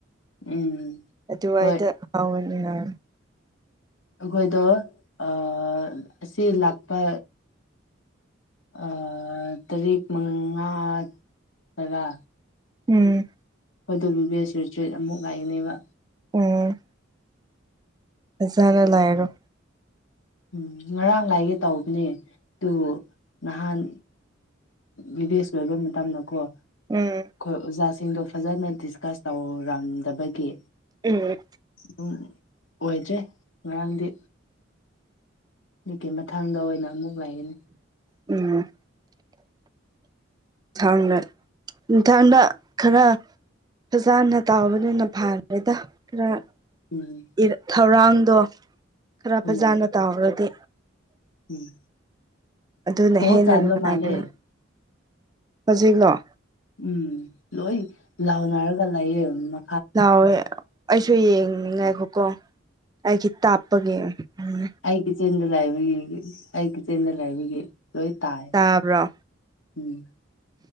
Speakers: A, on the left (about 75°); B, on the right (about 20°).
A: ꯎꯝ
B: ꯑꯗꯨꯋꯥꯏꯗ
A: ꯍꯣꯏ
B: ꯍꯥꯎꯒꯅꯤꯍ
A: ꯑꯈꯣꯏꯗ ꯑ ꯑꯁꯤ ꯂꯥꯛꯄ ꯑ ꯇꯔꯦꯛ ꯃꯉꯥ ꯇꯔꯥ
B: ꯎꯝ
A: ꯍꯣꯏꯗꯣ ꯕꯤ ꯕꯁ ꯁꯤꯔꯤꯁꯇ꯭ꯔꯦꯠ ꯑꯃꯨꯛ ꯉꯥꯏꯔꯤꯅꯦꯕ
B: ꯎꯝ ꯐꯖꯅ ꯂꯩꯔꯣ
A: ꯎꯝ ꯉꯔꯥꯡ ꯂꯥꯏꯒꯦ ꯇꯧꯕꯅꯦ ꯇꯨ ꯅꯍꯥꯟ ꯕꯤꯚꯦꯁ ꯂꯣꯏꯕ ꯃꯇꯝꯗꯀꯣ
B: ꯎꯝ
A: ꯑꯈꯣꯏ ꯑꯣꯖꯥꯁꯤꯡꯗꯣ ꯐꯖꯅ ꯗꯤꯁꯀꯁ ꯇꯧꯔꯝꯗꯕꯒꯤ
B: ꯎꯝ
A: ꯗꯨꯝ ꯑꯣꯏꯗ꯭ꯔ ꯃꯔꯝꯗꯤ ꯃꯤꯠꯀꯤ ꯃꯊꯡꯗ ꯑꯣꯏꯅ ꯑꯃꯨꯛ ꯂꯩꯒꯅꯤ
B: ꯎꯝ ꯊꯡꯂꯦ ꯅꯤꯡꯊꯝꯗ ꯈꯔ ꯐꯖꯝꯅ ꯇꯥꯎꯕꯅꯤꯅ ꯐꯥꯔꯦꯗ ꯈꯔ
A: ꯎꯝ
B: ꯄꯤꯔ ꯊꯧꯔꯥꯡꯗꯣ ꯈꯔ
A: ꯎꯝ
B: ꯐꯖꯅ ꯇꯧꯔꯗꯤ
A: ꯎꯝ
B: ꯑꯗꯨꯅ
A: ꯀꯣꯜ
B: ꯍꯦꯟꯅ
A: ꯆꯥꯟꯕ
B: ꯅꯨꯡꯉꯥꯏꯕꯅꯤ
A: ꯃꯥꯜꯂꯦ
B: ꯍꯧꯖꯤꯛꯂꯣ
A: ꯎꯝ ꯂꯣꯏ ꯂꯥꯎꯅꯔꯒ ꯂꯩꯌꯦꯑꯣꯔꯝꯅ
B: ꯂꯥꯎꯋꯦ ꯑꯩꯁꯨ ꯌꯦꯡꯅꯤꯡ ꯉꯥꯏꯈꯣꯀꯣ ꯑꯩꯈꯤ ꯇꯥꯞꯄꯌꯦꯡ ꯎꯝ
A: ꯑꯩꯒꯤꯆꯦꯟꯗ ꯂꯥꯏꯕꯔ ꯌꯦꯡꯒꯦ ꯑꯩꯒꯤꯆꯦꯟꯗ ꯂꯥꯏꯕꯤꯒꯤ ꯂꯣꯏ ꯇꯥꯏ
B: ꯇꯥꯕ꯭ꯔꯣ
A: ꯎꯝ